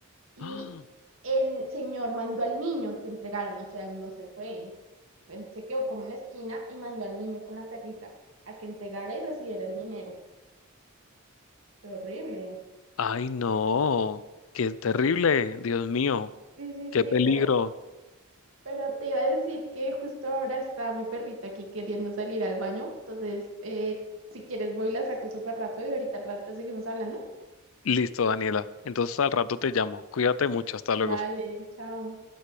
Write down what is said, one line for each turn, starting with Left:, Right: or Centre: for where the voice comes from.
Right: y
Left: Ah,
Right: el señor mandó al niño a que entregaran, o sea, él no se fue. Él se quedó como en la esquina y mandó al niño con la perrita a que entregara y recibiera el dinero. Fue horrible.
Left: Ay, no, qué terrible, Dios mío,
Right: Sí, sí,
Left: qué
Right: sí,
Left: peligro.
Right: pero Pero te iba a decir que justo ahora está mi perrita aquí queriendo salir al baño. Entonces, eh, si quieres, voy y la saco súper rápido y ahorita al rato seguimos hablando.
Left: Listo, Daniela. Entonces al rato te llamo. Cuídate mucho. Hasta
Right: Vale,
Left: luego.
Right: chao.